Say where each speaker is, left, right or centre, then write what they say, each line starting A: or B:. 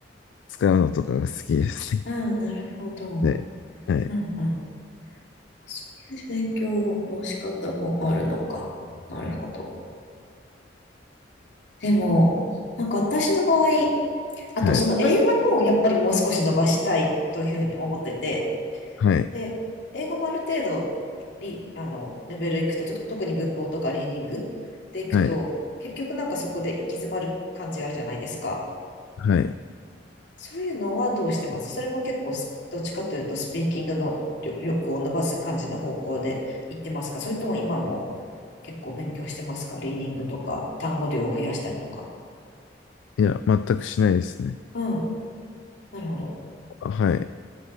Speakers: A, on the left (about 90°); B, on the left (about 65°).
A: 使うのとかが好きです
B: うん、なるほど。
A: ね。はい、
B: うんうん。そういう勉強の仕方もあるのか。なるほど。でも、なんか私の場合、あとその英語もやっぱりもう少し伸ばしたいというふうに思ってて、
A: はい、はい、
B: で、英語もある程度リ、あの、レベルいくと、と、特に文法とかリーディングでいくと、
A: はい、
B: 結局なんかそこで行き詰まる感じあるじゃないですか。
A: はい、はい。
B: そういうのはどうしてますそれも結構す、どっちかというと、スピーキングの力力を伸ばす感じの方向で行ってますかそれとも今も結構勉強してますかリーディングとか、単語量を増やしたりとか。
A: いや、全くしないですね。
B: うん。なるほど。
A: はい。